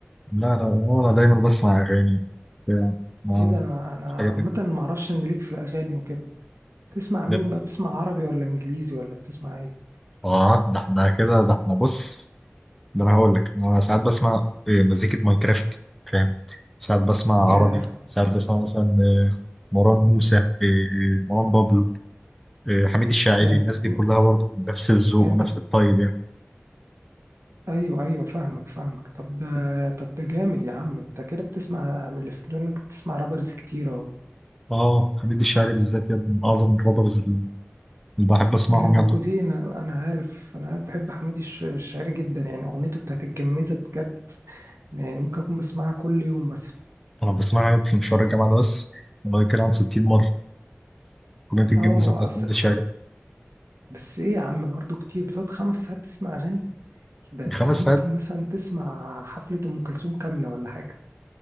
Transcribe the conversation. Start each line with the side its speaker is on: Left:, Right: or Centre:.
Centre: لا لا هو أنا دايما بسمع أغاني بتاع ما
Right: ايه ده انا انا عامة
Centre: مش حاجة تانية
Right: ما اعرفش ان ليك في الاغاني وكده تسمع مين
Centre: ده-
Right: بقى بتسمع عربي ولا انجليزي ولا بتسمع ايه
Centre: آه ده احنا كده ده احنا بص ده أنا هقول لك أنا ساعات بسمع إيه، مزيكة ماينكرافت فاهم ساعات بسمع
Right: ياه
Centre: عربي ساعات بسمع مثلا آه، مروان موسى آه، مروان بابلو آه، حميد الشاعري
Right: يعني
Centre: الناس دي
Right: يعني
Centre: كلها برضه نفس الذوق
Right: انت
Centre: ونفس الطيب يعني
Right: ايوه ايوه فاهمك فاهمك طب ده طب ده جامد يا عم انت كده بتسمع من اللي في ودنك بتسمع رابرز كتير اهو
Centre: آه حميد الشاعري بالذات يد من أعظم الرابرز اللي اللي بحب أسمعهم
Right: اللي موجودين
Centre: يعني
Right: انا أنا عارف انا عارف بحب حميد الش- الشاعري جدا يعني اغنيته بتاعت الجميزه بجد يعني ممكن اكون بسمعها كل يوم مثلا
Centre: أنا بسمعها في مشوار الجامعة ده بس والله كان عن 60 مرة أغنية الجميزة
Right: اه
Centre: بتاعت
Right: أص...
Centre: حميد الشاعري
Right: بس ايه يا عم برضو كتير بتقعد خمس ساعات تسمع اغاني ده انت
Centre: خمس
Right: ممكن
Centre: ساعات
Right: مثلا تسمع حفله ام كلثوم كامله ولا حاجه